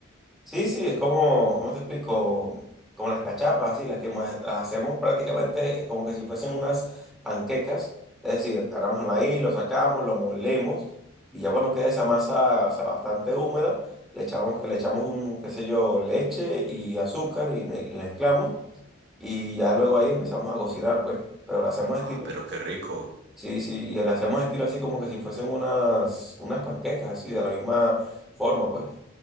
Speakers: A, in the centre; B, on the right (about 60°).
A: Sí, sí, es como, ¿cómo te explico? Como las cachapas, así, las, que las hacemos prácticamente como que si fuesen unas panquecas, es decir, agarramos el maíz, lo sacamos, lo molemos, y ya cuando quede esa masa, o sea, bastante húmeda, le echamos, que le echamos un, qué sé yo, leche y azúcar y, me- y mezclamos, y ya luego ahí empezamos a cocinar, pues, pero lo hacemos
B: ah,
A: estilo.
B: pero qué rico.
A: Sí, sí, y le hacemos estilo así como que si fuesen unas, unas panquecas, así, de la misma forma, pues.